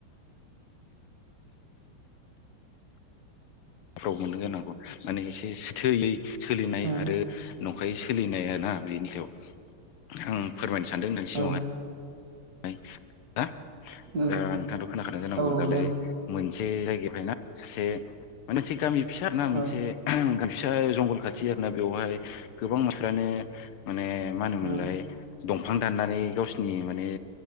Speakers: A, on the left; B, on the right.
A: मोननो जानांगौ माने एसे सथैयै सोलिनाय
B: ओ
A: आरो नंखायै सोलिनायानो। ना बेनिखौ आं फोरमायनो सानदों नोंथांनि सिगां
B: ओ
A: आवगाय । हा।
B: औ
A: दा नोंथांथ' खोनाखानाय जानांगौ
B: औ
A: दालाय
B: दे
A: मोनसे जायगायावफ्राय ना सासे। मोनसे गामि फिसा ना मोनसे।
B: औ
A: फिसा जंगल खाथि आरो ना बेवहाय गोबां मानसिफ्रानो। माने मा होनोमोनलाय
B: ओ
A: दंफां दाननानै गावसिनि माने।